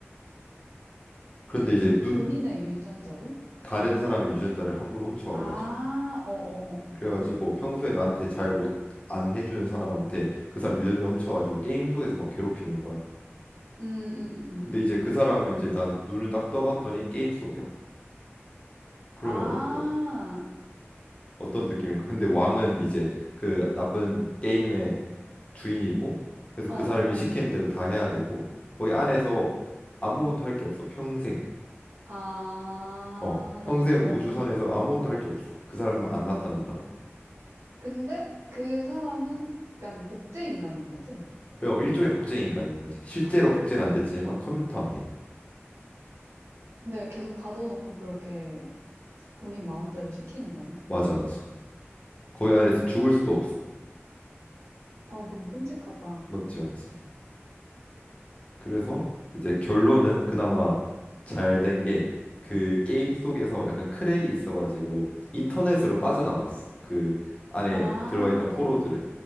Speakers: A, on the left (about 25°); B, on the right (about 80°).
A: 그런데 이제
B: 유-
A: 눈
B: 본인의 유전자로?
A: 다른 사람의 유전자를 함부로 훔쳐와가지고
B: 아, 어어어어.
A: 그래가지고 평소에 나한테 잘 못 안 해주는 사람한테 그 사람 유전자 훔쳐가지고 게임 속에서 막 괴롭히는 거야.
B: 음, 음, 음, 음.
A: 근데 이제 그 사람은 이제 난 눈을 딱 떠봤더니 게임 속이야. 그러면
B: 아,
A: 어, 어, 떤 느낌일까? 근데 왕은 이제 그 나쁜 게임의 주인이고 그래서
B: 어어어.
A: 그 사람이 시키는 대로 다 해야 되고 거기 안에서 아무것도 할 게 없어 평생.
B: 아,
A: 어, 평생
B: 나, 어,
A: 우주선에서
B: 뭐,
A: 아무것도 할 게 없어. 그 사람만 안 나타난다면.
B: 근데 그 사람은 약간 복제 인간인 거지?
A: 왜 일종의 복제 인간인 거지. 실제로
B: 아,
A: 복제는 안 됐지만 컴퓨터 안에.
B: 근데 계속 가둬놓고 그렇게 본인 마음대로 시키는 거네?
A: 맞아, 맞아. 거기 안에서
B: 아,
A: 죽을 수도 없어.
B: 아, 너무 끔찍하다.
A: 맞지, 맞지. 그래서 이제 결론은 그나마 잘 된 게 그 게임 속에서 약간 크랙이 있어가지고 인터넷으로 빠져나갔어. 그 안에
B: 아,
A: 들어있던 포로들은.
B: 어,